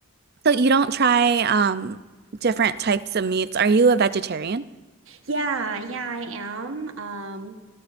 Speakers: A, on the right; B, on the right.
A: So you don't try um different types of meats. Are you a vegetarian?
B: Yeah. Yeah, I am. Um,